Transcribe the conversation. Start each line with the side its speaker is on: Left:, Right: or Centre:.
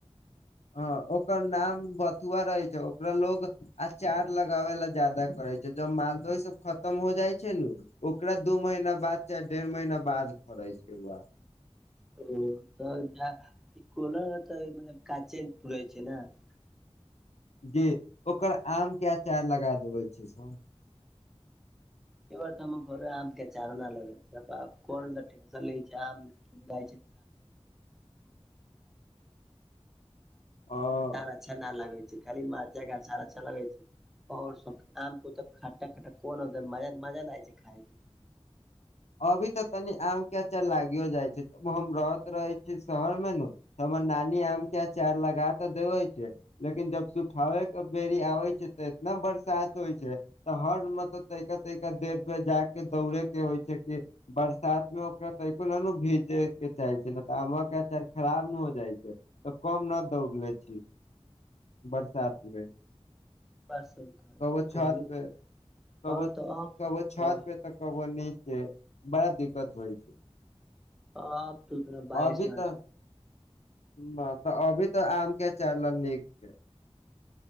Left: ह ओकर नाम बथुआ रहै छै ओकरा लोग आचार लगाबे लऽ जाहा करे छै जब मालदह सब खतम हो जाइ छै नु ओकरा दू महीना बाद चाहे डेढ़ महीना बाद फड़ै छै ओ आम
Centre: <unintelligible>
Left: जी ओकर आम केँ अचार लगा देबे छै सब
Centre: ऐ बेरे तऽ हम घर आम कऽ अचार ना लगे छै कोन टेशन लै छै आम <unintelligible>
Left: आ
Centre: अच्छा न लाग छै खाली मरचाइ केँ आचार अच्छा लगै छै और सब कहियो आम कऽ तऽ खट्टा खट्टा कोन मज मजा नै छै खाय मे
Left: अभी तऽ तनि आम कऽ अचार लागियो जाइ छै हम रहत रहे छीय शहर मे नु हमर नानी आम कऽ अचार लगा तऽ देवै छै लेकिन जब सुखावे कऽ बेरी आबै छै तऽ इतना बरसात होइ छै हर मत तैका तैका देर पे जा केँ दौड़े केँ होइ छै कि बरसात मे ओकरा तनिको नै भीजे केँ चाहे छै न तऽ आम केँ अचार खराब नु हो जाइ छै तऽ कम नै दौड़ ले छी <inaudible> बरसात मे
Centre: <unintelligible>
Left: कवो छत
Centre: कहली
Left: पे <inaudible>
Centre: तऽ
Left: कवो
Centre: अब तऽ अब
Left: कवो छत पे तऽ कबो निचे बड़ा दिक्कत होइ छै
Centre: अब तु अतना बारिश
Left: अभी तऽ
Centre: नै
Left: न तऽ अभी तऽ आम केँ अचार लऽ नीक छै